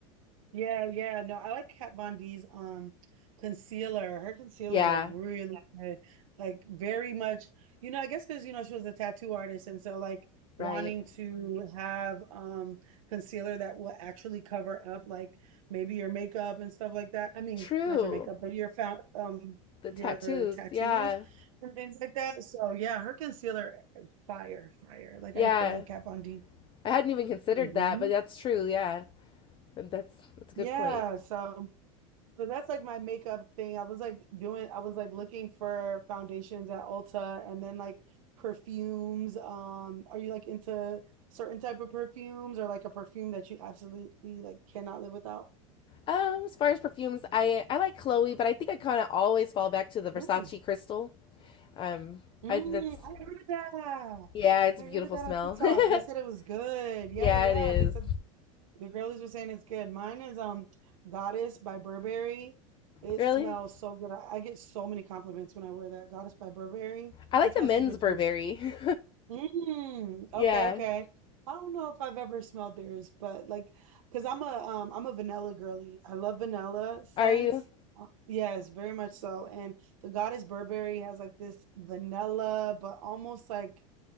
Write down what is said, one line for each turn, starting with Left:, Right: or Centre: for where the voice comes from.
Right: Yeah, yeah. No, I like Kat Von D's um concealer. Her concealers
Left: Yeah,
Right: are really good. Like very much, you know, I guess because you know she was a tattoo artist and so like wanting
Left: right.
Right: to have um concealer that will actually cover up like maybe your makeup and stuff like that. I mean,
Left: True.
Right: not your makeup, but your found um
Left: The tattoos.
Right: your tattoos
Left: Yeah,
Right: and things like that. So yeah, her concealer fire, fire. Like
Left: yeah.
Right: I used to love Kat Von D.
Left: I hadn't even considered
Right: hmm
Left: that, but that's true. Yeah, that's that's a good
Right: Yeah,
Left: point.
Right: so So that's like my makeup thing. I was like doing, I was like looking for foundations at Ulta and then like perfumes. Um, are you like into certain type of perfumes or like a perfume that you absolutely like cannot live without?
Left: Um, as far as perfumes, I I like Chloe, but I think I kind of always fall back to the Versace
Right: Ooh.
Left: Crystal. Um,
Right: Mm,
Left: I think that's
Right: I heard of that.
Left: yeah, it's
Right: I
Left: a
Right: heard
Left: beautiful
Right: of that
Left: smell.
Right: on TikTok. They said
Left: <laughs>
Right: it was good. Yeah,
Left: yeah,
Right: yeah.
Left: it is.
Right: They said the girlies were saying it's good. Mine is um Goddess by Burberry. It
Left: Really,
Right: smells so good. I, I get so many compliments when I wear that. Goddess by Burberry.
Left: I like
Right: That's
Left: the
Right: my
Left: men's
Right: signature
Left: Burberry.
Right: Mm, okay,
Left: <laughs> yeah,
Right: okay. I don't know if I've ever smelled theirs, but like, cause I'm a um I'm a vanilla girly. I love vanilla scents.
Left: are you?
Right: Uh, Yes, very much so. And the Goddess Burberry has like this vanilla, but almost like